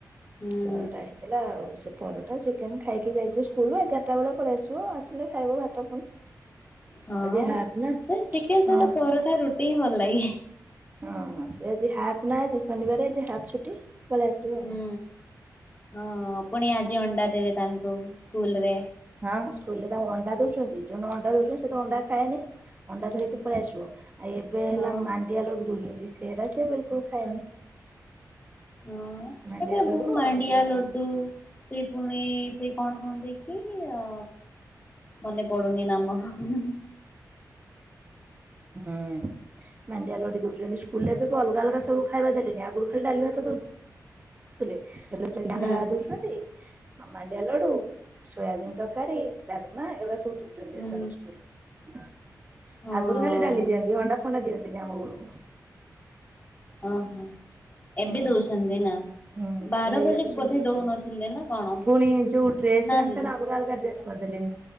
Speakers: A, on the left; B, on the right.
A: ହୁଁ।
B: ପରଟା ହେଇଥିଲା ଆଉ ସେ ପରଟା ଚିକେନ ଖାଇକି ଯାଇଛି ସୁ କୁଲୁ ଏଗାରଟ ବେଳେ ପଳେଇ ଆସିବ ଆସିଲେ ଖାଇବ ଭାତ ପୁଣି।
A: ହଁ
B: ଆଜି ହାପ ନା
A: ସେ ଚିକେନ ସହିତ
B: ହଁ
A: ପରଟା ରୁଟି ହିଁ ଭଲ ଲାଗେ।
B: ହଁ ସେ ଆଜି ହାଫ ନା ଆଜି ଶନିବାର ଆଜି ହାଫ୍ ଛୁଟି ପଳେଇ ଆସିବ ଆଉ।
A: ହୁଁ। ହଁ ପୁଣି ଆଜି ଅଣ୍ଡା ଦେବେ ତାଙ୍କୁ ସ୍କୁଲ ରେ।
B: ହଁ ସ୍କୁଲରେ ତାଙ୍କୁ ଅଣ୍ଡା ଦଉଛନ୍ତି। ଯୋଉ ଦିନ ଅଣ୍ଡା ଦଉଛନ୍ତି ସେ ତ ଅଣ୍ଡା ଖାଏନି ଅଣ୍ଡା ଧରିକି ପଳେଇ ଆସିବ। ଆଉ ଏବେ ହେଲା
A: ହଁ।
B: ମାଣ୍ଡିଆ ଲଡୁ ଦଉଛନ୍ତି ସେରା ସେ ବିଲକୁଲ ଖାଏନି।
A: ହଁ
B: ମାଣ୍ଡିଆ
A: ଏବେ
B: ଲଡୁ
A: ବହୁ ମାଣ୍ଡିଆ
B: ଆଉ ଯୋଉ
A: ଲଡୁ ସେ ପୁଣି ସେ କଣ କଣ ଦେଇକି ଅ ମନେ ପଡୁନି ନାମ ହୁଁ ହୁଁ।
B: ହୁଁ ମାଣ୍ଡିଆ ଲଡୁ ଦଉଛନ୍ତି ସ୍କୁଲରେ ଏବେ ଅଲଗା ଅଲଗା ସବୁ ଖାଇବା ଦେଲେଣି ଆଗରୁ ଖାଲି ଡାଲି ଭାତ ଦଉ ଥିଲେ ଏବେ ସିଯା
A: ହୁଁ
B: ଅଣ୍ଡା ଦଉଛନ୍ତି, ମାଣ୍ଡିଆ ଲଡୁ, ସୋୟାବିନ୍ ତରକାରୀ। ଡାଲମା ଏଗୁଡା ସବୁ ଦଉଛନ୍ତି
A: ହୁଁ
B: ଏଥର ସ୍କୁଲ ରେ। ହଁ
A: ହଁ
B: ଆଗରୁ ଖାଲି ଡାଲି ଦିଅନ୍ତି ଅଣ୍ଡା ଫଣ୍ଡା ଦିଅନ୍ତିନି ଆମ ବଳକୁ।
A: ଓହୋ ଏବେ
B: ହୁଁ।
A: ଦଉଛନ୍ତି ନା।
B: ହୁଁ
A: ବାର
B: ଏବେ ଏ
A: ବୋଲି
B: ଯାକ ସବୁ
A: ବୋଧେ
B: ଦଉଛନ୍ତି
A: ଦଉନଥିଲେ ନା କଣ
B: ପୁଣି ଯୋଉ ଡ୍ରେସ
A: ନା
B: ଜାଣିଚନା
A: ଦିଦି
B: ଅଲଗା ଅଲଗା ଡ୍ରେସ କରିଦେଲେଣି,